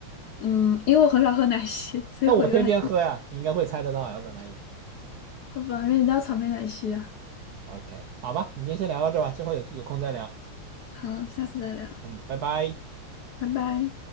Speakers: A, on the left; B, on the right.
A: 嗯，因为我很少喝奶昔，所以我以为还真是
B: 那我天天喝呀，你应该会猜得到呀，本来也。
A: 好吧，原来叫草莓奶昔啊。
B: OK，好吧，我们今天先聊到这吧，之后有有空再聊。
A: 好，下次再聊，
B: 嗯，拜拜。
A: 拜拜。